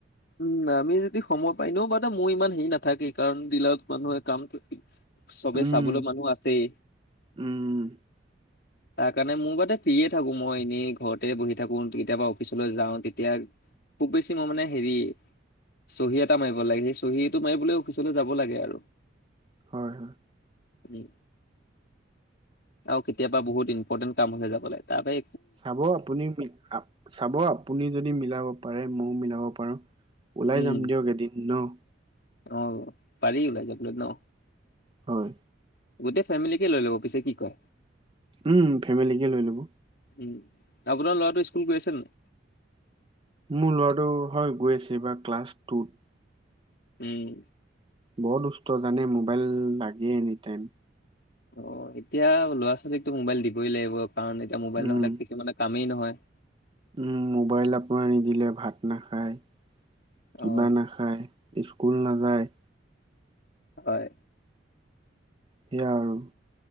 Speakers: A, on the left (about 60°); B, on the right (about 30°).
A: উম, আমি যদি সময় পাই ন বাে মোৰ ইমান হেৰি নাথাকেই কাৰণ দিলত মানুহে কামটো চবে
B: উম
A: চাবলৈ মানুহ আছেই।
B: উম
A: তাৰ কাৰণে মোৰ বাদে ফ্ৰী এ থাকো মই। এনেই ঘৰতে বহি থাকো। কেতিয়াবা অফিচলৈ যাওঁ। তেতিয়া খুব বেছি মই মানে হেৰি চহী এটা মাৰিব লাগে। সেই চহীটো মাৰিবলৈ অফিচলৈ যাব লাগে আৰু।
B: হয়, হয়।
A: উ আৰু কেতিয়াবা বহুত ইম্পৰ্টেণ্ট কাম হলে যাব লাগে। তাৰ বা
B: চাব আপুনি, চাব আপুনি যদি মিলাব পাৰে মইও মিলাব পাৰো। ওলাই
A: উম
B: যাম দিয়ক এদিন, ন?
A: অ পাৰি ওলাই যাবলে ন।
B: হয়।
A: গোটেই ফেমিলিকে লৈ ল'ব পিছে কি কয়।
B: উম ফেমিলিকে লৈ ল'ব।
A: উম আপোনাৰ ল'ৰাটো স্কুল গৈ আছে নাই?
B: মোৰ ল'ৰাটো, হয় গৈ আছে। এইবাৰ ক্লাছ টুত।
A: উম।
B: বৰত দুষ্ট জানে, মোবাইল লাগে এনিটাইম।
A: অ, এতিয়া ল'ৰা ছোৱালীকতো মোবাইল দিবই লাগিব। কাৰণ এতিয়া মোবাইল
B: উম,
A: নহ'লে কিছুমানে কামেই নহয়। <inaudible>
B: উম, মোবাইল আপোনাৰ নিদিলে ভাত নাখায়, কিবা
A: অ
B: নাখায়। স্কুল নাযায়।
A: হয়।
B: সেয়া আৰু